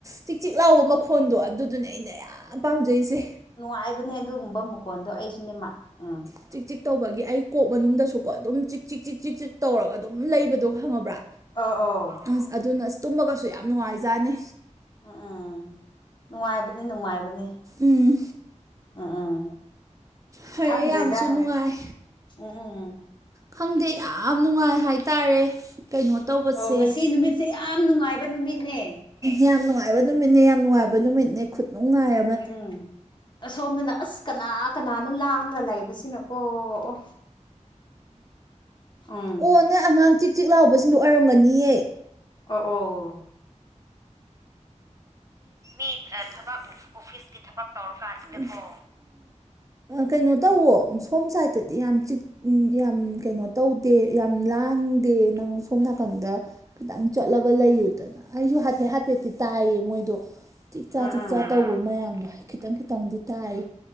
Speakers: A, on the right; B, on the left.
A: ꯆꯤꯛ ꯆꯤꯛ ꯂꯥꯎꯕ ꯃꯈꯣꯟꯗꯣ ꯑꯗꯨꯗꯨꯅꯦ ꯑꯩꯅ ꯌꯥꯝ ꯄꯥꯝꯖꯩꯁꯦ
B: ꯅꯨꯡꯉꯥꯏꯕꯅꯦ ꯑꯗꯨꯒꯨꯝꯕ ꯃꯈꯣꯟꯗꯣ ꯑꯩꯁꯨ ꯎꯝ
A: ꯆ ꯆꯤꯛ ꯆꯤꯛ ꯇꯧꯕꯒꯤ ꯑꯩ ꯀꯣꯛ ꯃꯅꯨꯡꯗꯁꯨꯀꯣ ꯑꯗꯨꯝ ꯆꯤꯛ ꯆꯤꯛ ꯆꯤꯛ ꯆꯤꯛ ꯆꯤꯛ ꯇꯧꯔꯒ ꯑꯗꯨꯝ ꯂꯩꯕꯗꯣ ꯈꯪꯉꯕ꯭ꯔꯥ
B: ꯑ ꯑ
A: ꯑꯁ ꯑꯗꯨꯅ ꯑꯁ ꯇꯨꯝꯃꯒꯁꯨ ꯌꯥꯝ ꯅꯨꯡꯉꯥꯏꯖꯥꯅꯤ
B: ꯎꯝ ꯎꯝ ꯎꯝꯝ ꯅꯨꯡꯉꯥꯏꯕꯅꯤ ꯅꯨꯡꯉꯥꯏꯕꯅꯤ
A: ꯎꯝ
B: ꯎꯝ ꯎꯝ
A: ꯐꯔꯦ
B: ꯈꯪꯗ꯭ꯔꯦꯗ
A: ꯌꯥꯝꯁꯨ ꯅꯨꯡꯉꯥꯏ
B: ꯎꯝ ꯎꯝ ꯎꯝ
A: ꯈꯪꯗꯦ ꯌꯥꯝ ꯅꯨꯡꯉꯥꯏ ꯍꯥꯏꯇꯥꯔꯦ ꯀꯩꯅꯣ ꯇꯧꯕꯁꯦ
B: ꯑꯣ ꯉꯁꯤ ꯅꯨꯃꯤꯠꯁꯦ ꯌꯥꯝ ꯅꯨꯡꯉꯥꯏꯕ ꯅꯨꯃꯤꯠꯅꯦ
A: ꯌꯥꯝ ꯅꯨꯡꯉꯥꯏꯕ ꯅꯨꯃꯤꯠꯅꯦ ꯌꯥꯝ ꯅꯨꯡꯉꯥꯏꯕ ꯅꯨꯃꯤꯠꯅꯦ ꯈꯨꯠꯅꯨꯡꯉꯥꯏ
B: ꯎꯝ ꯎꯝꯁꯣꯝꯗꯅ ꯑꯁ ꯀꯅꯥ ꯀꯅꯥꯅꯣ ꯂꯥꯡꯉꯒ ꯂꯩꯕꯁꯤꯅꯀꯣ ꯑꯣ ꯎꯝ
A: ꯎ ꯑꯣ ꯅꯣꯏ ꯑꯉꯥꯡ ꯇꯤꯛ ꯇꯤꯛ ꯂꯥꯎꯕꯁꯤꯡꯗꯣ ꯑꯣꯏꯔꯝꯒꯅꯤꯌꯦ
B: ꯑꯣ ꯑꯣ
A: ꯃꯤ ꯊꯕꯛ ꯑꯣꯐꯤꯁꯀꯤ ꯊꯕꯛ ꯇꯧꯔꯀꯥꯟꯁꯤꯗꯀꯣ ꯀꯩꯅꯣ ꯇꯧꯋꯣ ꯁꯣꯝ ꯁꯥꯏꯗꯠꯇꯗꯤ ꯌꯥꯝ ꯆꯤꯛ ꯎ ꯌꯥꯝ ꯀꯩꯅꯣ ꯇꯧꯗꯦ ꯌꯥꯝ ꯂꯥꯡꯗꯦ ꯅꯪ ꯁꯣꯝ ꯅꯥꯀꯟꯗ ꯈꯤꯇꯪ ꯆꯠꯂꯒ ꯂꯩꯌꯨꯗꯅ ꯑꯩꯁꯨ ꯍꯥꯏꯐꯦꯠ ꯍꯥꯏꯐꯦꯠꯇꯤ ꯇꯥꯏꯌꯦ ꯃꯣꯏꯗꯣ ꯊꯤꯛ ꯆꯥ
B: ꯎꯝ
A: ꯆꯤꯛ
B: ꯎꯝ
A: ꯆꯥ ꯇꯧꯕ ꯃꯌꯥꯝꯗꯣ ꯈꯤꯇꯪ ꯈꯤꯇꯪꯗꯤ ꯇꯥꯏ